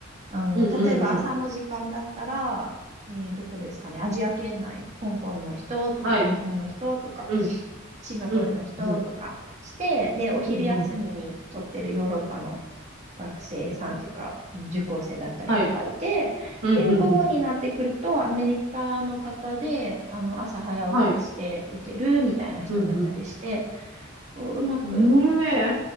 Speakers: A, on the right (about 35°); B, on the right (about 80°).
A: あの、
B: うんうんうん。
A: 例えば朝の時間だったら、えーどこですかね、アジア圏内、香港の人とか、
B: はい、
A: 日本の人とか、
B: うん、
A: シンガポールの人とかして、
B: うん。うん
A: で、お昼休みに撮ってるヨーロッパの
B: うんうん。
A: 学生さんというか、受講生だったりとかいて、
B: はい。うんうんうん。
A: で、午後になってくると、アメリカの方で、あの、朝早起きして受けるみたいな人もいたりして、
B: はい。うん
A: こう、うまく、
B: うん。ねえ。